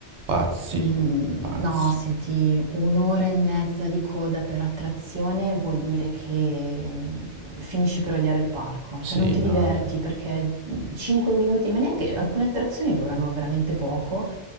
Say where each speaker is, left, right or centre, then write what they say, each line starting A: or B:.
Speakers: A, on the right; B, on the right.
A: Pazzi,
B: Mm,
A: pazzi.
B: No, senti, un'ora e mezza di coda per attrazione vuol dire che mm, finisci per odiare il parco,
A: Sì,
B: cioè non ti
A: no,
B: diverti
A: infatti.
B: perché 5 minuti, ma neanche alcune attrazioni durano veramente poco,